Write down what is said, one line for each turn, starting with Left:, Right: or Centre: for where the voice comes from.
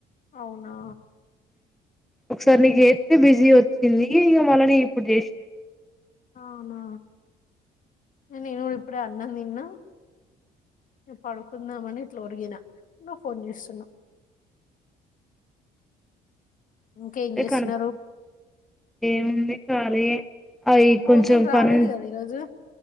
Left: అవునా
Centre: ఒకసారి నీకు చెత్తే బిజీ వోచ్చింది. ఇక మళ్ళ నికు ఇప్పుడు చేసినా
Left: అవునా. నేను ఇప్పుడే అన్నం తిన్నా పడుకుందామని ఇట్లా ఒరిగిన నువ్వు ఫోన్ చేస్తున్నావు. ఇంకేం
Centre: అదే
Left: చేస్తున్నారు
Centre: కనుకొ ఏముంది సాలే <unintelligible> అయి
Left: కోతులు
Centre: కొంచెం
Left: రాలేదు
Centre: పని
Left: కదా ఈరోజు